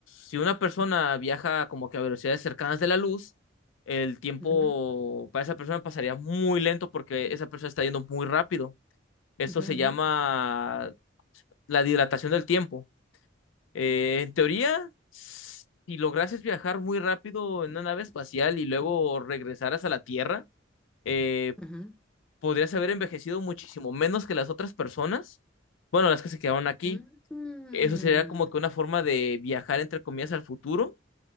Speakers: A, on the left; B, in the centre.
A: si una persona viaja como que a velocidades cercanas de la luz, el tiempo
B: ujú,
A: para esa persona pasaría muy lento porque esa persona está yendo muy rápido. Esto
B: ujú,
A: se llama
B: ujú,
A: la dilatación del tiempo. Eh, en teoría, si lograses viajar muy rápido en una nave espacial y luego regresaras a la Tierra, eh,
B: ujú,
A: podrías haber envejecido muchísimo menos que las otras personas. Bueno, las que se quedaron aquí.
B: ujú. Mm,
A: Eso sería como que una forma de viajar, entre comillas, al futuro.